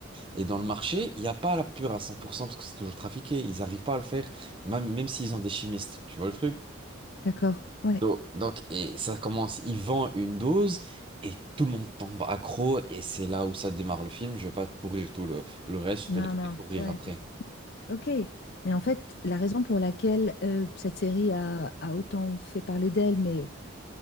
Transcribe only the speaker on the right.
Et dans le marché, il n'y a pas la pure à 100% parce que c'est toujours trafiqué. Ils n'arrivent pas à le faire, même, même s'ils ont des chimistes. Tu vois le truc?
Donc, donc, et ça commence, il vend une dose et tout le monde tombe accro. Et c'est là où ça démarre le film. Je vais pas te pourrir tout le, le reste, je
te laisse
découvrir
après.